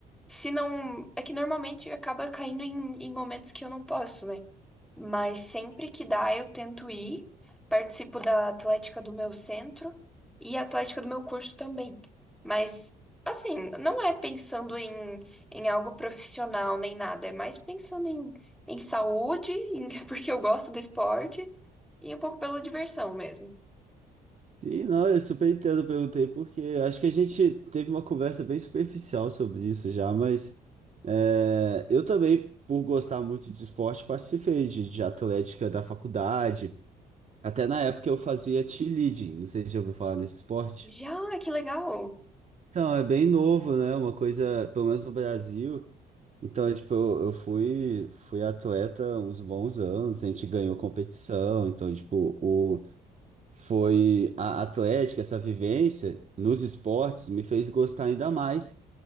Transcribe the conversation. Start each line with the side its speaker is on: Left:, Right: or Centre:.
Centre: se não. É que normalmente acaba caindo em, em momentos que eu não posso, né? Mas sempre que dá, eu tento ir, participo da atlética do meu centro e a atlética do meu curso também. Mas, assim, não é pensando em, em algo profissional nem nada, é mais pensando em, em saúde, em- <laughs> porque eu gosto do esporte e um pouco pela diversão mesmo.
Right: Sim, não, eu super entendo, eu perguntei, porque acho que a gente teve uma conversa bem superficial sobre isso já, mas é, eu também, por gostar muito de esporte, participei de, de Atlética da faculdade. Até na época eu fazia cheerleading, não sei se já ouviu falar desse esporte.
Centre: Já, que legal.
Right: Então, é bem novo, né? Uma coisa, pelo menos no Brasil. Então, é, tipo, eu, eu fui, fui atleta uns bons anos, a gente ganhou competição. Então, tipo, o, foi a atlética, essa vivência nos esportes me fez gostar ainda mais